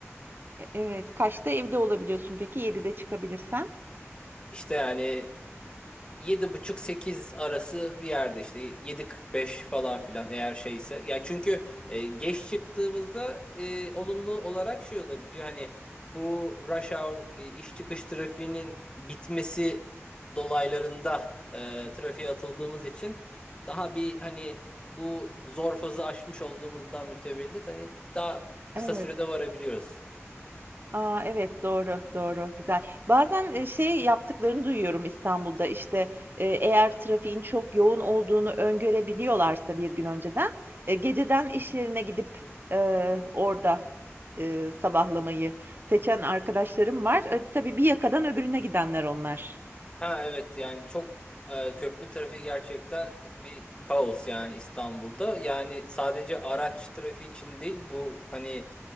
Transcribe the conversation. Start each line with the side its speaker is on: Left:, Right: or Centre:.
Right: E- Evet, kaçta evde olabiliyorsun peki? 7'de çıkabilirsen?
Left: İşte yani Yedi buçuk sekiz arası bir yerde işte yedi kırk beş falan filan eğer şeyse. Ya çünkü e, geç çıktığımızda e, olumlu olarak şey olabiliyor. Hani bu rush hour e, iş çıkış trafiğinin bitmesi dolaylarında e, trafiğe atıldığımız için daha bir hani bu zor fazı aşmış olduğumuzdan mütevellit hani daha kısa
Right: Evet.
Left: sürede varabiliyoruz.
Right: Aa, evet doğru doğru güzel. Bazen e, şey yaptıklarını duyuyorum İstanbul'da işte e, eğer trafiğin çok yoğun olduğunu öngörebiliyorlarsa bir gün önceden e, geceden iş yerine gidip e, orada e, sabahlamayı seçen arkadaşlarım var. E, tabii bir yakadan öbürüne gidenler onlar.
Left: Ha evet yani çok e, köprü trafiği gerçekten bir kaos yani İstanbul'da. Yani sadece araç trafiği için değil bu hani